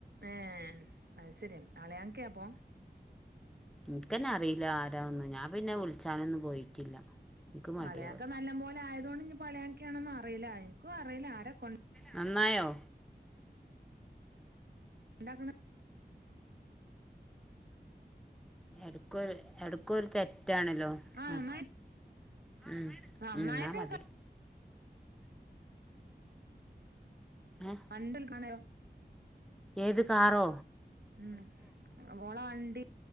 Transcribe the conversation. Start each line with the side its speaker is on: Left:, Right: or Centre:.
Right: ഏ ആം അയ്ശരിയാ അളിയാകാപം
Centre: നിക്കന്നെ അറിയില്ല ആരൊ ഒന്നും ഞാൻ പിന്നെ വിളിച്ചാനൊന്നും പോയിട്ടില്ല ഇൻക്ക് മടിയാവ
Right: അളയാക്കെ നല്ല പോലെ ആയതുകൊണ്ട് ഇനി പളയാക്കാണന്നും അറിയില്ല എനിക്കും അറിയില്ല ആരെ കൊ
Centre: നന്നായോ
Right: ഉണ്ടാക്കണം
Centre: എടുക്കര് എടു ക്കു ഒരു തെറ്റാണല്ലോ
Right: ആഹ്
Centre: ആ
Right: എന്നാ
Centre: ഉ
Right: അമ്മായിന്റെ
Centre: എന്നാ മതി ഏ
Right: അണ്ടൽ കാണയോ
Centre: ഏത് കറോ
Right: ഉം വോള വണ്ടി